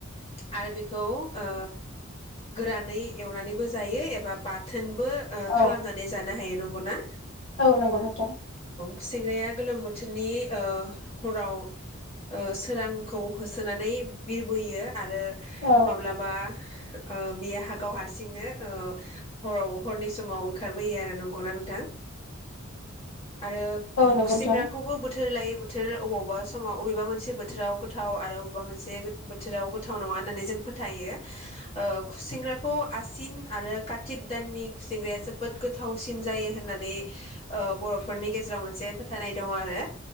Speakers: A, on the left; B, on the left.
A: आरो बेखौ ओ गोरानै एवनानैबो जायो एबा बाथोनबो ओ
B: औ
A: खालामनानै जानो हायो नंगौना?
B: औ नंगौ नोंथां।
A: गुसेंग्राया गोलोम बोथोरनि ओ हराव ओ सोरांखौ होसोनानै बिरबोयो आरो
B: औ
A: माब्लाबा ओ बियो हागाव हारसिंनो ओ हराव हरनि समाव ओंखारबोयो आरो नों गना नोंथां? आरो
B: औ नंगौ
A: खुसेेंग्राखौबो
B: नोंथां
A: बोथोर लायो बोथो थोर अबावबा समाव अबेबा मोनसे बोथोराव गोथाव आरो अबेबा मोनसे गोद-बोथोराव गोथाव नङा होननानै जों फोथायो। औ खुसेंग्राखौ आसिन आरो कातिक दाननि खुसेंग्राया जोबोद गोथावसिन जायो होननानै औ बर'फोरनि गेजेराव मोनसे फोथायनाय दङ आरो।